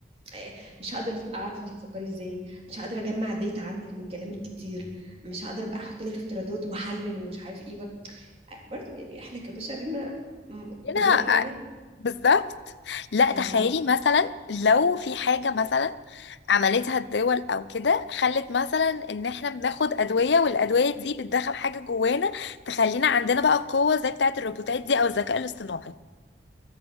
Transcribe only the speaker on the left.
هنا
بالظبط لا
تخيلي مثلا لو في حاجة مثلا عملتها الدول او كده خلت مثلا ان احنا بناخد ادوية والادوية دي بتدخل حاجة جوانا تخلينا عندنا بقى قوة زي بتاعة الروبوتات دي او الذكاء الاصطناعي